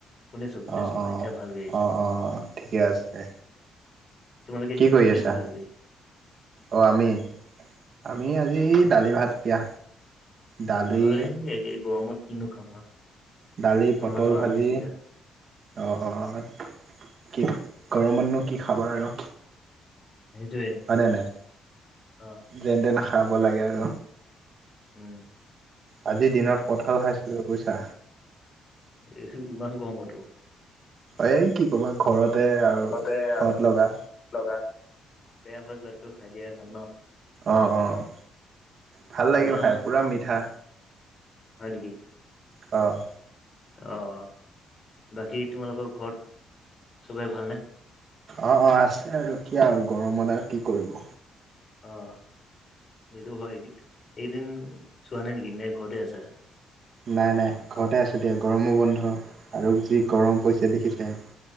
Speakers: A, on the left; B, on the right.
A: শুনিছো শুনিছো
B: অ'অ',
A: অ এতিয়া ভালকে আহিছে
B: অ'অ',
A: উম
B: ঠিকে আছে।
A: তোমালোকে
B: কৰি
A: কি
B: আছা?
A: খালা আজি।
B: অ', আমি, আমি আজি
A: অ
B: দালি ভাত দিয়া। দালি
A: অ', একেই, এই গৰমত কিনো খাম আও।
B: দালি, পটল
A: আমাৰতো
B: ভাজি।
A: আলু পিটিকা
B: অ'অ', কি? গৰমতনো কি খাবা আৰু।
A: সেইটোয়ে
B: হয় নে নাই।
A: অ
B: যেন তেন খাব লাগে আৰু।
A: উম্,
B: আজি দিনত কঁঠাল খাইছিলোঁ বুজিছা।
A: এই ইমান গৰমটো।
B: এ কি কবা ঘৰতে আৰু।
A: অ'তে
B: ঘৰত
A: আৰু
B: লগা
A: লগা। বেয়া হৈ যোৱাতকৈ খাই দিয়াই ভাল ন।
B: অ', অ', ভাল লাগিলে
A: আমাৰ
B: খাই। পূৰা মিঠা।
A: হয় নেকি?
B: অ',
A: অ', অ', বাকী তোমালোকৰ ঘৰত চবৰে ভালনে?
B: অ', অ', আছে আৰু কিয়। আৰু গৰমত আৰু কি কৰিব।
A: অ', এইটো হয়, এইকেইদিন চোৱা নাই নেকি? নে ঘৰতে আছা।
B: নাই নাই, ঘৰতে আছোঁ দিয়া। গৰমৰ বন্ধ আৰু যি গৰম পৰিছে দেখিছাই।